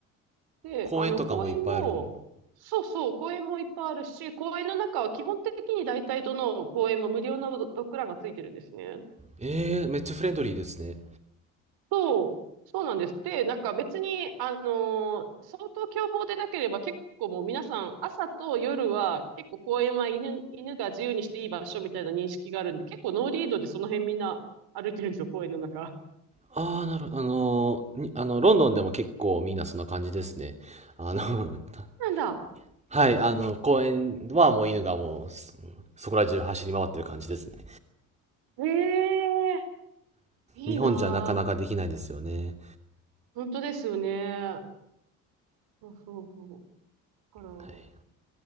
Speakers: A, on the right; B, on the right.
A: で、
B: 公園とかもいっぱいあるん。
A: あの、公園も、そうそう、公園もいっぱいあるし、公園の中は基本的に大体どの公園も無料のドッグランがついてるんですね。
B: ええ、めっちゃフレンドリーですね。
A: そう、そうなんです。で、なんか別に、あのー相当凶暴でなければ結構もう皆さん朝と夜は結構公園は犬、犬が自由にしていい場所みたいな認識があるんで、結構ノーリードでその辺みんな歩いてるんですよ、公園の中。
B: ああ、なるほど。あのー、にあの、ロンドンでも結構みんなそんな感じですね。あの、<laughs>
A: なんだ。
B: はい、あの、公園はもう犬がもう、すそこら中走り回ってる感じですね。
A: ええいいなぁ。
B: 日本じゃなかなかできないですよね。
A: 本当ですよね。そうそうそう。だから、
B: はい。